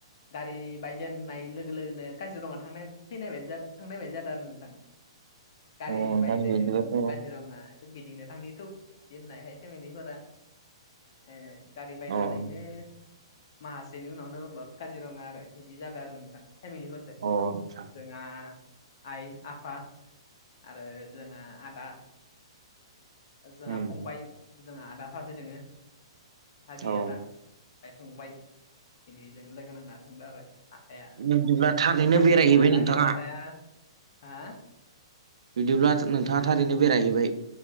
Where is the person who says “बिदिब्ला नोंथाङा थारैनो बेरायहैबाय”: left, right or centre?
Right